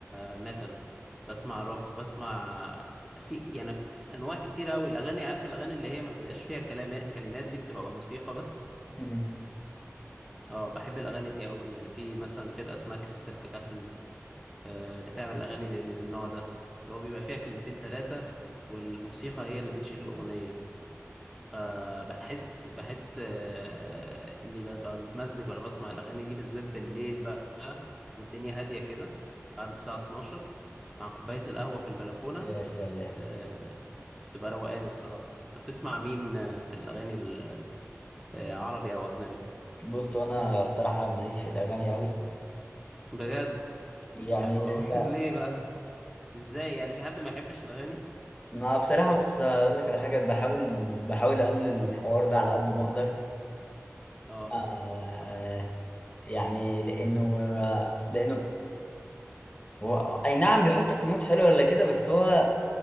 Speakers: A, in the centre; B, on the left.
A: آه، ميتال بسمع روك بسمع في يعني انواع كتير قوي الاغاني عارف الاغاني اللي هي ما بيبقاش فيها كلام كلمات دي بتبقى موسيقى بس
B: مم.
A: اه بحب الاغاني دي قوي يعني في مثلا فرقة اسمها كريستال كاسلز آه، بتعمل أغاني من النوع ده اللي هو بيبقى فيها كلمتين تلاتة والموسيقى هي اللي بتشيل الأغنية فبحس بحس آه، إني ببقى متمزج وأنا بسمع الأغاني دي بالذات بالليل بقى والدنيا هادية كده بعد الساعة 12 مع كوباية القهوة في البلكونة
B: يا سلام
A: آه، تبقى روقان الصراحة أنت بتسمع مين آه، في الأغاني ال- آه، عربي أو أجنبي؟
B: بص انا الصراحه ماليش في الاغاني قوي
A: بجد
B: يعني
A: حلو أوي
B: لا
A: <laughs> ليه بقى؟ إزاي يعني في حد ما يحبش الأغاني؟
B: ما بصراحه بص اقول لك على حاجه بحاول بحاول اقلل الحوار ده على قد ما اقدر
A: اه
B: آه يعني لانه لانه هو اي نعم بيحطك في مود حلو ولا كده بس هو